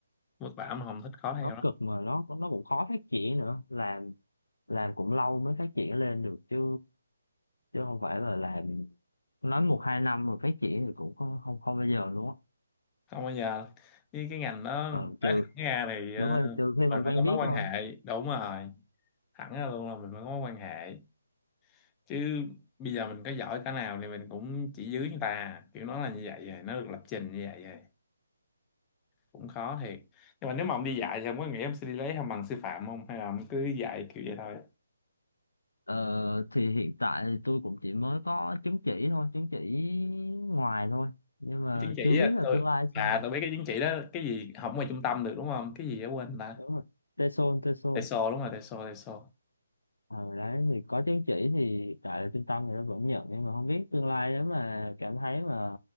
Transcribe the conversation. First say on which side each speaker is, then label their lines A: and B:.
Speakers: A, on the left; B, on the left.
A: vất vả mà không thích khó theo
B: nó
A: đó.
B: cực mà nó nó cũng khó phát triển nữa làm làm cũng lâu mới phát triển lên được chứ chứ không phải là làm nói một hai năm mà phát triển thì cũng không không, không bao giờ luôn á
A: Không bao giờ. Với cái ngành đó,
B: ờ
A: nói
B: trừ
A: thẳng ra thì
B: đúng
A: ờ,
B: rồi trừ khi
A: mình
B: mà quen
A: phải có mối
B: biết
A: quan
B: thôi
A: hệ. Đúng rồi. Thẳng ra luôn là mình phải có mối quan hệ. Chứ bây giờ mình có giỏi cái nào thì mình cũng chỉ dưới người ta. Kiểu nó là như vậy rồi. Nó được lập trình như vậy rồi cũng khó thiệt nhưng mà nếu mà ông đi dạy thì ông có nghĩ ông sẽ đi lấy không bằng sư phạm không hay là ông cứ dạy kiểu vậy thôi
B: Ờ, thì hiện tại thì tôi cũng chỉ mới có chứng chỉ thôi, chứng chỉ ngoài thôi. Nhưng mà
A: cái chứng chỉ
B: chưa biết
A: á,
B: là
A: tôi
B: tương lai
A: à
B: sao.
A: tôi biết cái chứng chỉ đó cái gì học ngoài trung tâm được đúng không cái gì đó quên ta
B: Đúng rồi. TESOL, TESOL.
A: TESOL đúng rồi TESOL TESOL
B: Ờ, đấy thì có chứng chỉ thì tại là trung tâm thì nó vẫn nhận nhưng mà không biết tương lai nếu mà cảm thấy mà